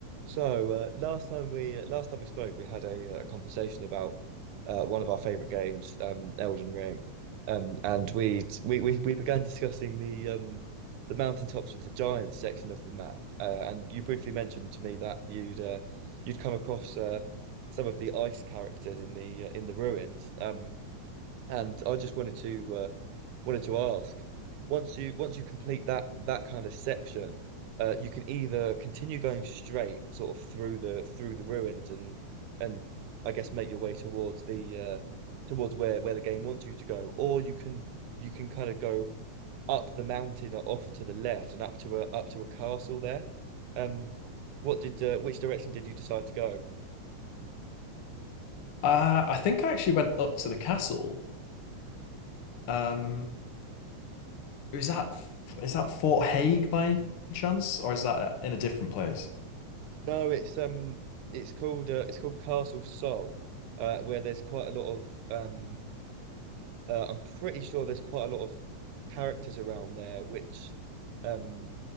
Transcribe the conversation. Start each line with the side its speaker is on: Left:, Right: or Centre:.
Right: So uh, last time we uh, last time we spoke, we had a, uh, a conversation about uh, one of our favorite games, um, Elden Ring, um, and we we we we began discussing the um, the mountaintops of the giants section of the map, uh, and you briefly mentioned to me that you'd uh, you'd come across uh, some of the ice characters in the uh, in the ruins. Um, and I just wanted to uh, wanted to ask, once you once you complete that that kind of section, uh, you can either continue going straight sort of through the through the ruins and and I guess make your way towards the uh, towards where where the game wants you to go, or you can you can kind of go up the mountain or off to the left and up to a up to a castle there. Um, what did uh, which direction did you decide to go?
Left: Uh, I think I actually went up to the castle. Um, is that F- is that Fort Hague by any chance, or is that uh, in a different place?
Right: No, it's um, it's called uh, it's called Castle Soul, uh, where there's quite a lot of um, uh, I'm pretty sure there's quite a lot of characters around there which, um,